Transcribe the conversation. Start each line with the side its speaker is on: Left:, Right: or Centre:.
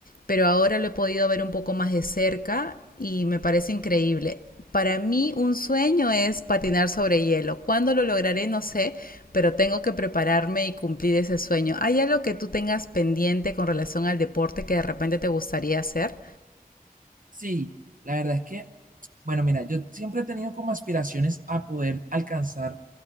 Left: pero ahora lo he podido ver un poco más de cerca y me parece increíble. Para mí un sueño es patinar sobre hielo. ¿Cuándo lo lograré? No sé, pero tengo que prepararme y cumplir ese sueño. ¿Hay algo que tú tengas pendiente con relación al deporte que de repente te gustaría hacer?
Right: Sí, la verdad es que, bueno, mira, yo siempre he tenido como aspiraciones a poder alcanzar